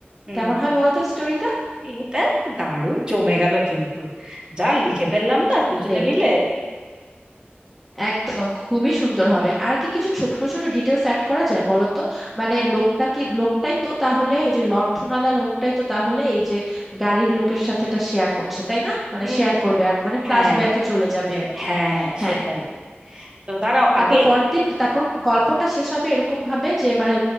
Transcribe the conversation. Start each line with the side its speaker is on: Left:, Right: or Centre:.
Right: হুম
Centre: কেমন হয় বলো তো স্টোরিটা
Right: এটা তো দারুণ জমে গেল কিন্তু যা লিখে ফেললাম না
Centre: আসলে
Right: দুজনে মিলে
Centre: একদম খুবই সুন্দর হবে আর কি কিছু ছোট ছোট ডিটেলস অ্যাড করা যায় বলো তো মানে লোকটা কি লোকটাই তো তাহলে ওই যে লণ্ঠনওয়ালা লোকটাই তো তাহলে এই যে গাড়ির লোকের সাথে এটা শেয়ার করছে তাই না মানে
Right: হুম
Centre: শেয়ার করবে আর মানে ফ্ল্যাশ
Right: হ্যাঁ
Centre: ব্যাকে চলে যাবে আর কি
Right: হ্যাঁ
Centre: হ্যাঁ
Right: সেটাই তো দাঁড়াও
Centre: তারপর
Right: আগে
Centre: পরের দিন তারপর গল্পটা শেষ হবে এরকম ভাবে যে মানে